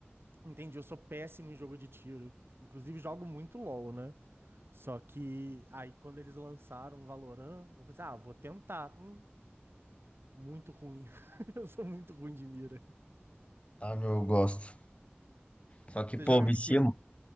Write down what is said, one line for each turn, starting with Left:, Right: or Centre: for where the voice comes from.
Right: Entendi. Eu sou péssimo em jogo de tiro. Inclusive, jogo muito LOL, né? Só que aí, quando eles lançaram Valorant, eu falei assim: ah, vou tentar. Hum, muito ruim. <laughs> Eu sou muito ruim de mira.
Left: Ah, meu, eu gosto. Só que,
Right: Você
Left: pô,
Right: joga
Left: vicia,
Right: de quê?